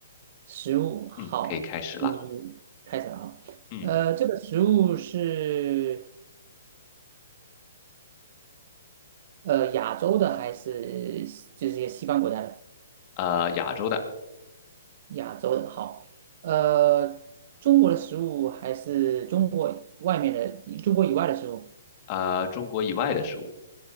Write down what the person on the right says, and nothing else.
食物好，
你开始了啊。
呃，这个食物是呃亚洲的还是就是一些西方国家的？
亚洲的好，呃，中国的食物还是中国外面的，中国以外的食物？